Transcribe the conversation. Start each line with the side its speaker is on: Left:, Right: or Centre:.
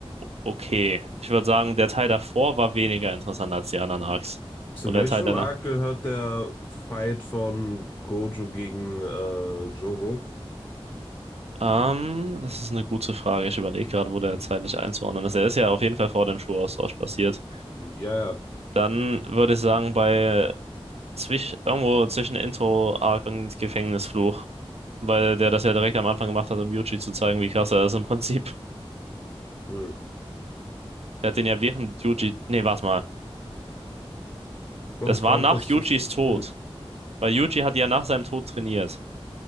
Right: okay. Ich würde sagen, der Teil davor war weniger interessant als die anderen Arcs.
Left: Zu
Right: Und der
Left: welchem
Right: Teil danach.
Left: Arc gehört der Fight von Gojo gegen äh, Jogo?
Right: Ähm, das ist eine gute Frage. Ich überlege gerade, wo der zeitlich einzuordnen ist. Er ist ja auf jeden Fall vor dem Schulaustausch passiert.
Left: Ja, ja.
Right: Dann würde ich sagen, bei zwisch irgendwo zwischen Intro-Arc und Gefängnisfluch. Weil der das ja direkt am Anfang gemacht hat, um Yuji zu zeigen, wie krass er ist im Prinzip.
Left: Hm.
Right: Der hat den ja während Yuji. Nee, warte mal.
Left: Doch,
Right: Das
Left: ich glaube,
Right: war nach
Left: das,
Right: Yujis
Left: das kommt
Right: Tod.
Left: hin.
Right: Weil Yuji hat ja nach seinem Tod trainiert.